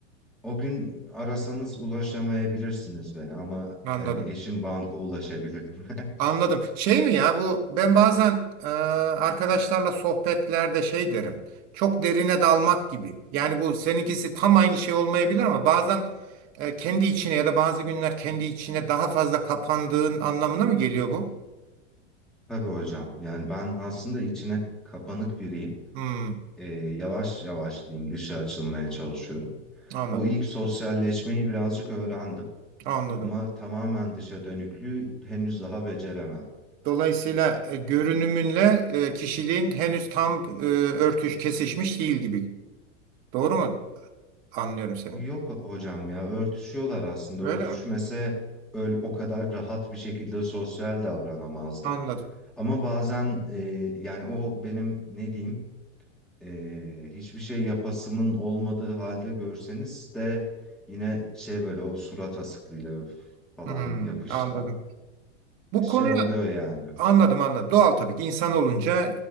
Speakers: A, in the centre; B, on the right.
A: o gün arasanız ulaşamayabilirsiniz beni ama
B: anladım.
A: hani eşim banka ulaşabilir. <laughs>
B: Anladım. Şey mi ya bu ben bazen e, arkadaşlarla sohbetlerde şey derim. Çok derine dalmak gibi. Yani bu seninkisi tam aynı şey olmayabilir ama bazen e, kendi içine ya da bazı günler kendi içine daha fazla kapandığın anlamına mı geliyor bu?
A: Tabii hocam. Yani ben aslında içine kapanık biriyim.
B: Hmm,
A: Ee, yavaş yavaş diyeyim dışa açılmaya çalışıyorum.
B: anladım.
A: O ilk sosyalleşmeyi birazcık öğrendim
B: Anladım.
A: ama tamamen dışa dönüklüğü henüz daha beceremedim.
B: Dolayısıyla e, görünümünle e, kişiliğin henüz tam e, örtüş kesişmiş değil gibi. Doğru mu? Anlıyorum seni.
A: Yok hocam ya örtüşüyorlar aslında.
B: Öyle
A: Örtüşmese
B: mi?
A: öyle o kadar rahat bir şekilde sosyal davranamazdım.
B: Anladım.
A: Ama bazen e, yani o benim ne diyeyim e, hiçbir şey yapasımın olmadığı halde görseniz de yine şey böyle o surat asıklığıyla öf falan
B: Hmm,
A: yapışla
B: anladım. Bu
A: şey
B: konuya
A: oluyor yani.
B: anladım anladım. Doğal tabii ki insan olunca